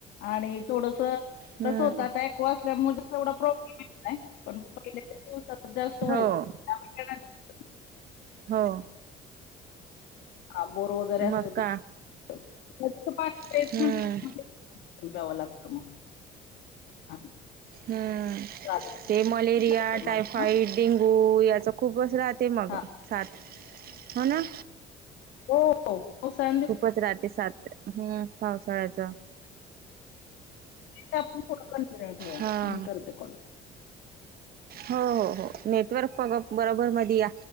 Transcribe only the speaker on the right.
हम्म
हो
हो.
मग का
हम्म
हम्म
ते मलेरिया,
टायफाईड,
डेंगू यांचं खूपच असतात. ते मग
सात हो ना.
खूपच राहते सात, हम् पावसाळ्याच
हा
हो हो हो नेटवर्क पग बरोबर मध्ये या.